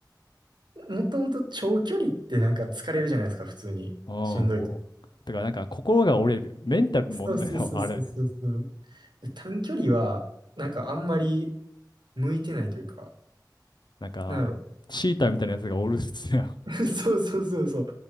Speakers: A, on the right (about 80°); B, on the left (about 75°).
A: もともと長距離ってなんか疲れるじゃないですか、普通に。
B: ああ、
A: しんどい。
B: もう。だからなんか心が折れる。メンタルの問題だわ、
A: そうそうそうそうそうそう。
B: あれ。
A: で、短距離は、なんかあんまり向いてないというか、
B: なんか、
A: なんだろう。
B: チーターみたいなやつがおるっすや
A: <laughs> そうそうそうそう。